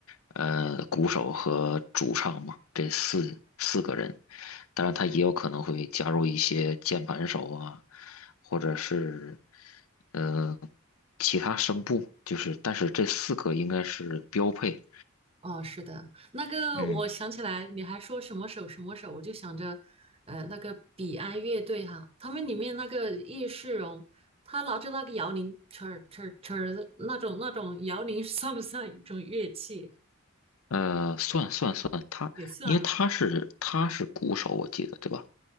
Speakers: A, on the left; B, on the right.
A: 呃，鼓手和主唱嘛，这四四个人。当然，他也有可能会加入一些键盘手啊，或者是呃其他声部，就是但是这四个应该是标配。
B: 哦，是的。那个我想起来，
A: 嗯，
B: 你还说什么手什么手，我就想着，呃，那个彼岸乐队哈、他们里面那个叶世荣，他拿着那个摇铃，呲儿呲儿呲儿的那种那种摇铃，算不算一种乐器？
A: 呃，算算算，他因为他是他是鼓手，
B: 也算。
A: 我记得对吧？